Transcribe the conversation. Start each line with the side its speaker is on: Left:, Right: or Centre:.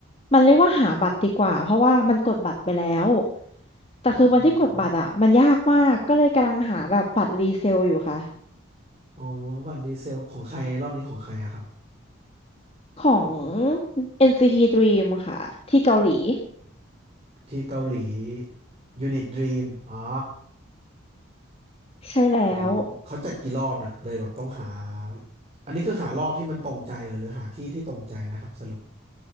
Left: มันเรียกว่าหาบัตรดีกว่าเพราะว่ามันกดบัตรไปแล้วแต่คือวันที่กดบัตรอะมันยากมากก็เลยกำลังหาแบบบัตรรีเซลอยู่ค่ะ
Right: อืมอ๋อบัตรรีเซลของใครรอบนี้ของใครอะครับ
Left: ของ NCT Dream ค่ะที่เกาหลี
Right: ที่เกาหลียูนิตดรีมอ๋อ
Left: ใช่แล้ว
Right: หมูเขาจัดกี่รอบน่ะเลยแบบต้องหาอันนี้คือหารอบที่มันตรงใจเหรอหรือหาที่ที่ตรงใจนะครับสรุป